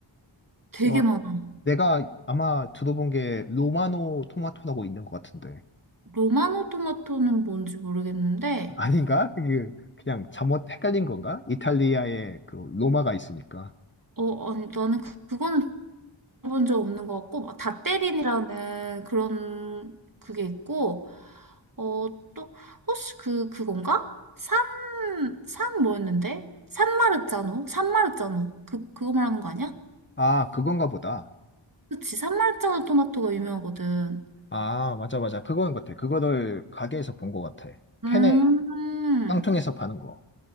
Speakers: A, on the right; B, on the left.
A: 되게
B: 어,
A: 많아.
B: 내가 아마 들어본 게 로마노 토마토라고 있는 것 같은데.
A: 로마노 토마토는 뭔지 모르겠는데,
B: <laughs> 아닌가? 이게 그냥 잘못 헷갈린 건가? 이탈리아에 그 로마가 있으니까.
A: 어, 아니, 나는 그, 그거는 들어본 적 없는 것 같고, 막닷 a 린이라는 그런 그게 있고, 어, 또, 혹시 그, 그건가? 산, 산 뭐였는데? 산마르자노? 산마르자노. 그, 그거 말하는 거 아니야?
B: 아, 그건가 보다.
A: 그치, 산마르자노 토마토가 유명하거든.
B: 아, 맞아, 맞아. 그거인 것 같아. 그거를 가게에서 본 것 같아. 캔에
A: 음,
B: 깡통에서 파는 거.